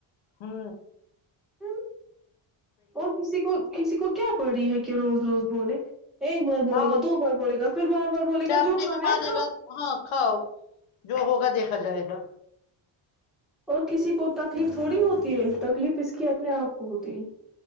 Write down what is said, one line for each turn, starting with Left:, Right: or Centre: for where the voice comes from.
Left: ہ <unintelligible>
Centre: ہوں <unintelligible> اور کسی کو کسی کو کیا بڑی ہے کہ روز روز بولے ایک بار بولے
Left: ہاں
Centre: گا دو بار بولے گا پھر بار بار بولے گا
Left: جب
Centre: جو
Left: نہیں
Centre: کھانا ہے
Left: مانے
Centre: کھا
Left: گا ہاں کھاؤ جو ہوگا دیکھ رکھا جائے گا
Centre: اور کسی کو تکلیف تھوڑی ہوتی ہے تکلیف اس کی اپنے آپ کو ہوتی